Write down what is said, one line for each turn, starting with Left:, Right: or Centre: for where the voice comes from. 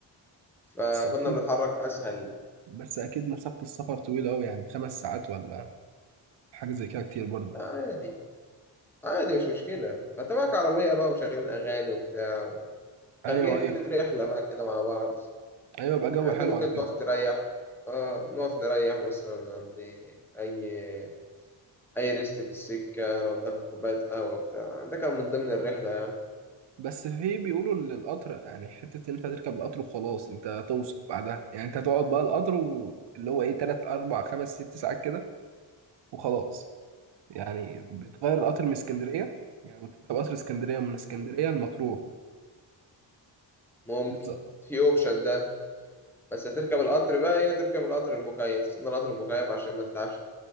Centre: فكنا
Right: بس أكيد
Centre: بنتحرك اسهل
Right: بس اكيد مسافة السفر طويلة قوي يعني خمس ساعات ولا حاجة زي كده كتير برضو
Centre: لا عادي عادي مش مشكله انت معاك عربيه بقى ومشغلين اغاني وبتاع
Right: ايوه
Centre: خارجين
Right: ايوه
Centre: رحله بقى كده مع بعض
Right: ايوه بقى جو
Centre: عادي
Right: حلو
Centre: ممكن
Right: على فكرة
Centre: تقف تريح اه نقف نريح مثلا عند اي اي ريست في السكه نقعد ناخد كوبايه قهوه بتاع ده كان من ضمن الرحله يعني
Right: بس في بيقولوا ان القطر يعني حتة انت تركب القطر وخلاص انت هتوصل بعدها يعني انت هتقعد بقى القطر واللي هو ايه تلات اربع خمس ست ساعات كده وخلاص يعني بتغير القطر من اسكندرية يعني بتركب قطر اسكندرية من اسكندرية لمطروح
Centre: ممكن
Right: بالظبط
Centre: في اوبشن ده بس هتركب القطر بقى ايه تركب القطر المكيف تستنى القطر المكيف عشان ما تتعبش